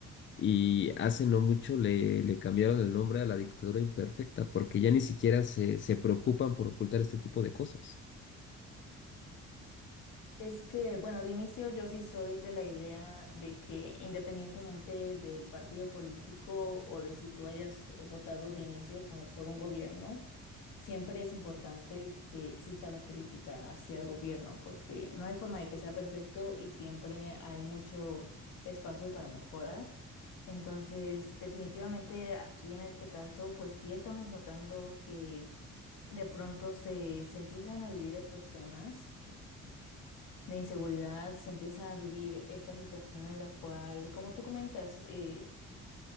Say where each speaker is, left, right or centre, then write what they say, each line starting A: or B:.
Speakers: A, on the left (about 40°); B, on the left (about 80°).
A: y hace no mucho le, le cambiaron el nombre a la dictadura imperfecta porque ya ni siquiera se, se preocupan por ocultar este tipo de cosas.
B: Es que, bueno, de inicio yo sí soy de la idea de que independientemente del partido político o de si tú hayas eh, votado de inicio con- por un gobierno, siempre es importante que exista la crítica hacia el gobierno, porque no hay forma de que sea perfecto y siempre hay mucho espacio para mejoras. Entonces, definitivamente aquí en este caso, pues sí estamos notando que de pronto se, se empiezan a vivir estos temas de inseguridad, se empieza a vivir esta situación en la cual, como tú comentas, eh,